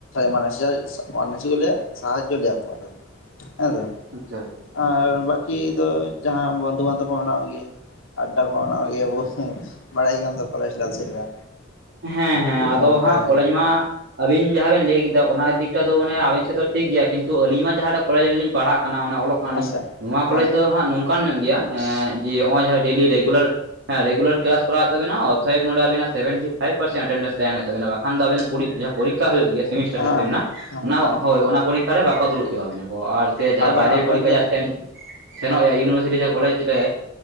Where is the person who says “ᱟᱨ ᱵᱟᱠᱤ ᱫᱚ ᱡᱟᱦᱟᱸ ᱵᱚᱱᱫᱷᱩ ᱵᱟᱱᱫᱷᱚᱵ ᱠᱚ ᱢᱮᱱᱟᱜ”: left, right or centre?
Left